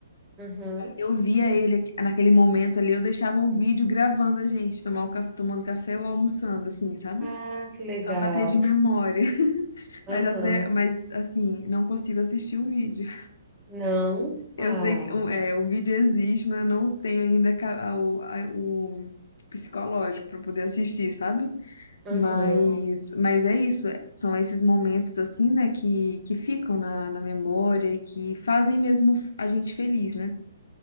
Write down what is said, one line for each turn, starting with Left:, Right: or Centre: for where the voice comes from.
Right: Aham.
Left: Eu via ele naquele momento ali, eu deixava o vídeo gravando a gente tomar o, caf- tomando café ou almoçando, assim, sabe?
Right: Ah, que legal.
Left: Só pra ter de memória. <laughs>
Right: Aham.
Left: Mas até, mas assim, não consigo assistir o vídeo.
Right: Não.
Left: Eu
Right: Ah,
Left: sei que o, é, o vídeo existe, mas eu não tenho ainda ca- a- o, a- o psicológico pra poder assistir, sabe?
Right: aham.
Left: Mas, mas é isso, é- são esses momentos assim, né, que, que ficam na, na memória e que fazem mesmo a gente feliz, né?